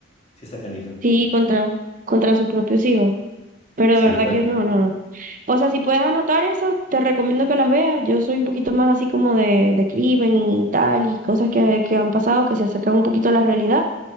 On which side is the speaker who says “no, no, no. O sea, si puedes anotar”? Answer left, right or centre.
Right